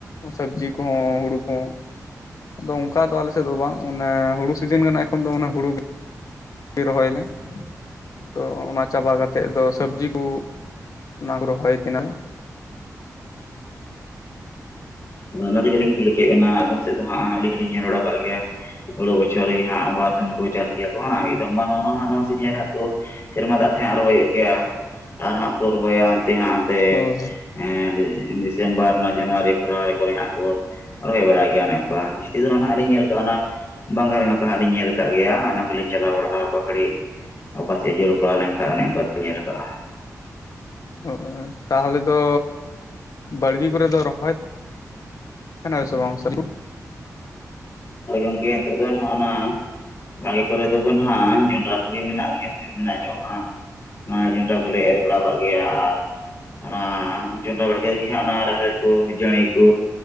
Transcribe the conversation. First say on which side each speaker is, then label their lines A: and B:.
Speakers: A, on the left; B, on the left.
A: ᱥᱚᱵᱽᱡᱤ ᱠᱚᱦᱚᱸ ᱦᱩᱲᱩ ᱠᱚᱦᱚᱸ, ᱟᱫᱚ ᱚᱝᱠᱟ ᱫᱚ ᱟᱞᱮ ᱥᱮᱫ ᱫᱚ ᱵᱟᱝ᱾ ᱚᱱᱟ ᱦᱩᱲᱩ ᱥᱤᱡᱤᱱ ᱠᱟᱱᱟ ᱮᱠᱷᱚᱱ ᱫᱚ ᱦᱩᱲᱩ- ᱜᱮ ᱨᱚᱦᱚᱭ ᱟᱞᱮ᱾ ᱟᱫᱚ ᱚᱱᱟ ᱪᱟᱵᱟ ᱠᱟᱛᱮᱫ ᱫᱚ ᱥᱚᱵᱡᱤ ᱠᱚ ᱚᱱᱟ ᱠᱚ ᱨᱚᱦᱚᱭ ᱛᱤᱱᱟ-
B: ᱟᱫᱚ ᱚᱱᱟ ᱛᱮᱜᱮᱞᱤᱧ ᱠᱩᱞᱤ ᱠᱮᱫ ᱵᱤᱱᱟ, ᱟᱫᱚᱢ ᱥᱮᱫ ᱫᱚ ᱦᱟᱸᱜ ᱟᱞᱤᱧ ᱦᱚᱸᱞᱤᱧ ᱧᱮᱞ ᱵᱟᱲᱟ ᱠᱟᱜ ᱜᱮᱭᱟ᱾ ᱦᱳᱲᱩ ᱵᱚᱪᱷᱚᱨ ᱨᱮ ᱦᱟᱸᱜ ᱵᱟᱨ ᱫᱚᱢ ᱠᱚ ᱪᱟᱥ ᱜᱮᱭᱟ ᱠᱚ ᱦᱟᱸᱜ, ᱢᱤᱫᱚᱢ ᱱᱚᱣᱟ ᱥᱤᱡᱚᱱ ᱨᱮ ᱦᱟᱸᱜ ᱠᱚ- ᱥᱮᱨᱢᱟ ᱫᱟᱜ ᱛᱮ ᱦᱟᱸᱜ ᱨᱚᱦᱚᱭᱚᱜ ᱜᱮᱭᱟ, ᱟᱨ ᱦᱟᱸᱜ ᱠᱚ ᱨᱚᱦᱚᱭᱟ- ᱛᱮ ᱦᱟᱸ ᱚᱱᱛᱮ-ᱰᱤᱥᱮᱢᱵᱚᱨ
A: ᱦᱳᱭ
B: ᱱᱚᱣᱟ ᱡᱟᱱᱩᱣᱟᱨᱤ ᱯᱷᱮᱵᱽᱨᱩᱣᱟᱨᱤ, ᱠᱚᱨᱮ ᱦᱟᱸᱜ ᱠᱚ ᱨᱚᱦᱚᱭ ᱵᱟᱲᱟᱭ ᱜᱮᱭᱟ ᱚᱱᱮ ᱚᱱᱠᱟ᱾ᱡᱟᱹᱥᱛᱤ ᱫᱚ ᱦᱟᱹᱜ ᱞᱤᱧ ᱧᱮᱞ ᱠᱟᱜᱼᱟ ᱚᱱᱟ- ᱵᱟᱝᱜᱟᱞ ᱱᱟᱠᱷᱟ ᱦᱟᱸᱜ ᱞᱤᱧ ᱧᱮᱞ ᱟᱠᱟᱫ ᱜᱮᱭᱟ, ᱚᱱᱟ ᱠᱚᱞᱤᱧ ᱪᱟᱞᱟᱣ ᱵᱟᱲᱟᱜᱼᱟ ᱚᱠᱟ ᱜᱷᱟᱹᱲᱤᱡ᱾ ᱚᱠᱟ ᱥᱮᱫ ᱡᱟᱹᱨᱩᱲ ᱯᱟᱲᱟᱣ ᱞᱮᱱᱠᱷᱟᱡ ᱚᱱᱮ ᱚᱱᱠᱟ ᱠᱚ ᱧᱮᱞ ᱟᱠᱟᱜᱼᱟ᱾
A: ᱚ ᱛᱟᱦᱚᱞᱮ ᱫᱚ ᱵᱟᱲᱜᱤ ᱠᱚᱨᱮ ᱫᱚ ᱨᱚᱦᱚᱭ- ᱛᱟᱦᱮᱱᱼᱟ ᱥᱮ ᱵᱟᱝ!? ᱥᱟᱨᱤ
B: ᱦᱳᱭ ᱜᱚᱝᱠᱮ ᱱᱤᱛᱚᱜ ᱫᱚ ᱦᱟᱹᱜ ᱚᱱᱟ ᱵᱟᱲᱜᱮ ᱠᱚᱨᱮ ᱫᱚ ᱱᱟᱦᱜ ᱡᱚᱱᱰᱨᱟ ᱠᱚᱜᱮ ᱢᱮᱱᱟᱜ ᱜᱮᱭᱟ᱾ ᱢᱮᱱᱟᱜ ᱧᱚᱜ ᱦᱟᱸᱜ ᱚᱱᱟ ᱡᱚᱱᱰᱨᱟ ᱠᱚᱞᱮ ᱮᱨ ᱵᱟᱲᱟᱣ ᱠᱟᱜ ᱜᱮᱭᱟ᱾ ᱟᱨ, ᱚᱱᱟ ᱡᱚᱱᱰᱨᱟ ᱵᱟᱲᱜᱮ ᱨᱮᱜᱮ ᱦᱟᱸᱜ ᱚᱱᱟ ᱨᱟᱦᱮᱲ ᱠᱚ ᱡᱟᱹᱲᱤ ᱠᱚ